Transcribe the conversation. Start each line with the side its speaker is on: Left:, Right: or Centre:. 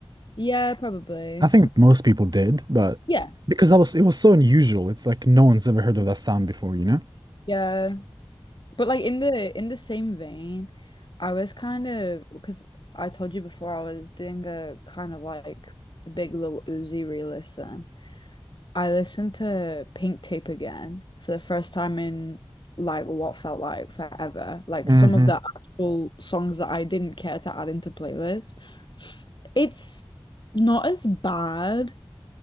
Left: Yeah, probably.
Right: I think most people did, but
Left: Yeah.
Right: because that was it was so unusual. It's like no one's ever heard of that sound before, you know?
Left: Yeah. But like in the in the same vein, I was kind of because I told you before I was doing a kind of like big little Uzi re-listen. I listened to Pink Tape again for the first time in like what felt like forever. Like
Right: hmm
Left: some of the actual songs that I didn't care to add into playlists. It's not as bad